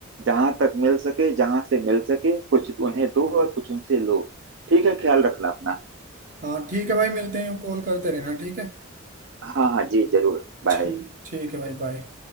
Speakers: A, on the right; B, on the right.
A: जहां तक मिल सके जहां से मिल सके कुछ उन्हें दो और कुछ उनसे लो ठीक है ख्याल रखना अपना
B: हाँ ठीक है भाई मिलते हैं कॉल करते रहना ठीक है
A: हाँ हाँ जी जरूर बाय
B: ठीक ठीक है भाई बाय